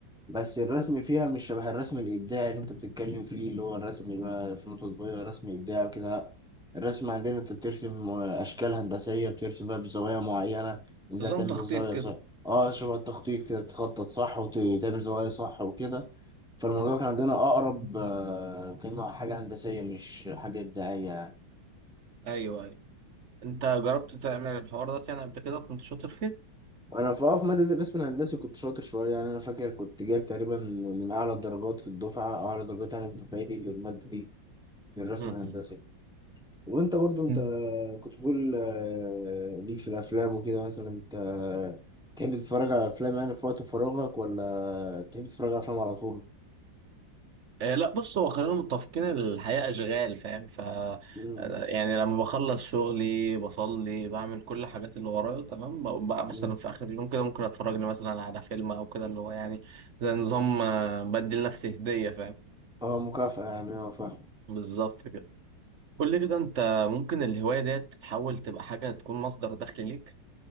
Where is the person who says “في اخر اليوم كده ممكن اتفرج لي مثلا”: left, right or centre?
Right